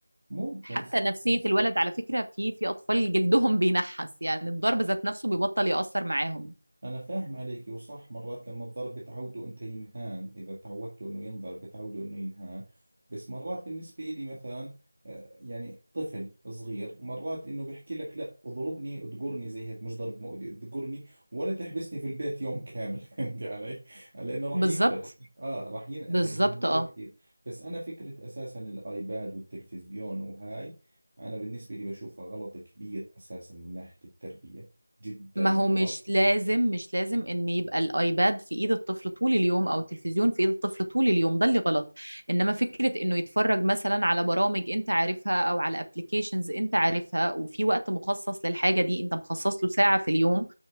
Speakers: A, on the right; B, on the right.
A: ممكن
B: حتى
A: صح
B: نفسية
A: بس
B: الولد على فكرة في في اطفال جلدهم بينحس يعني الضرب ذات نفسه بيبطل يأثر معاهم
A: أنا فاهم عليك وصح مرات لما الضرب بتعوده أنت ينهان إذا تعودته أنه ينضرب بتعوده أنه ينهان بس مرات بالنسبة إلي مثلا آه، يعني طفل صغير مرات أنه بيحكي لك لا اضربني اذقرني زي هيك مش ضرب مؤذي اذقرني ولا تحبسني في البيت يوم كامل <laughs> فهمتي علي لأنه راح
B: بالظبط
A: ينجلط آه راح ينأذى
B: بالظبط
A: من الموضوع
B: اه
A: كثير بس أنا فكرة أساسا الآيباد والتلفزيون وهاي أنا بالنسبة لي بشوفها غلط كبير أساسا من ناحية التربية جدا
B: ما هو
A: غلط
B: مش لازم مش لازم ان يبقى الايباد في ايد الطفل طول اليوم او التلفزيون في ايد الطفل طول اليوم ده اللي غلط انما فكرة انه يتفرج مثلا على برامج انت عارفها او على ابلكيشنز انت عارفها وفي وقت مخصص للحاجة دي انت مخصص له ساعة في اليوم